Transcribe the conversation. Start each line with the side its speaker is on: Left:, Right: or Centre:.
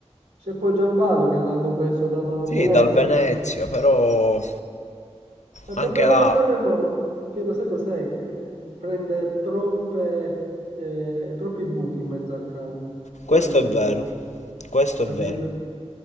Right: C'è poi Gianbalo che l'hanno preso dalla
Left: Sì,
Right: Venezia
Left: dal Venezia,
Right: che sta facendo.
Left: però
Right: Ma Il
Left: anche
Right: problema
Left: là,
Right: del Palermo, che lo sai cos'è? Che prende troppe, eh, troppi buchi in mezzo al campo. Quello
Left: questo
Right: è il
Left: è
Right: problema,
Left: vero. Questo
Right: capito?
Left: è vero.